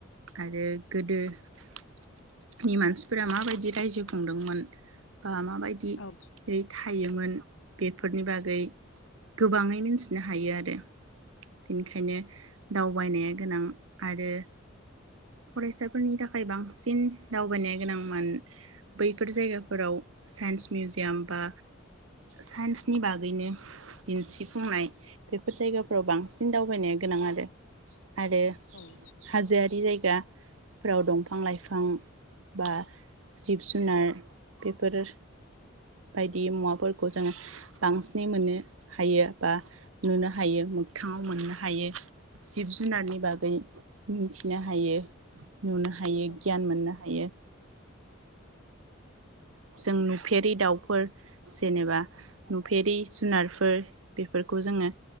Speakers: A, on the right; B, on the left.
A: आरो गोदोनि मानसिफोरा माबायदि रायजो खुंदोंमोन ओ बा माबायदियै
B: औ
A: थायोमोन बेफोरनि बागै गोबाङै मिथिनो हायो आरो बेनिखायनो दावबायनाया गोनां आरो फरायसाफोरनि थाखाय बांसिन दावबायनाया गोनां म बैफोर जायगाफोराव साइन्स मिउजियाम बा साइन्सनि बागैनो दिन्थि बुंनाय बैफोर जायगाफोराव बां बांसिन दावबायनाया गोनां आरो आरो
B: औ
A: हाजोआरि जायगा गाफ्राव दंफां लाइफां बा जिब जुनार बेफोर बायदि मुवाफोरखौ जों बांसिनै मोननो हायो बा नुनो हायो मोगथाङाव मोननो हायो जिब जुनारनि बागै मिथिनो हायो नुनो हायो
B: औ
A: गियान मोननो हायो जों नुफेरै दाउफोर जेनेबा नुफेरै जुनारफोर बेफोरखौ जोङो